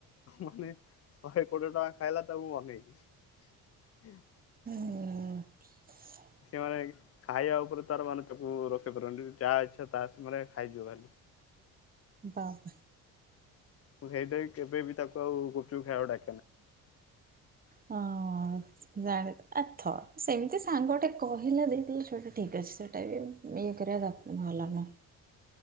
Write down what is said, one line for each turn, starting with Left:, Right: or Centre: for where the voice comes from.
Left: ମାନେ ଶହେ କୋଡ଼ିଏ ଟଙ୍କା ଖାଇଲା ତା ମୁଁ ମନେଇଛିି। ହୁଁ। <inaudible>
Right: ହୁଁ। <inaudible>
Left: ସେମାନୋନ ଖାଇବା ଉପରେ ତାର ମାନେ ତାକୁ ରଖି ପାରୁନି ଯାହା ଇଛା ତା ସେ ମାନେ ଖାଇଯିବ ଖାଲି।
Right: ବା ବା।
Left: ସେଇଟା କେବେ ବିି ତାକୁ ଆଉ ଗୁପଚୁପ ଖାଇବାକୁ ଡାକି
Right: ହଁ। ଜାଣ ଆଥ ସେମିତି ସାଙ୍ଗ ଟେ କହିଲା ଦେଇଦେଲୁ ସେଇଟା ଠିକ ଅଛି ସେଇଟା ବି ଇଏ କରିବା ଭଲ ନୁହଁ।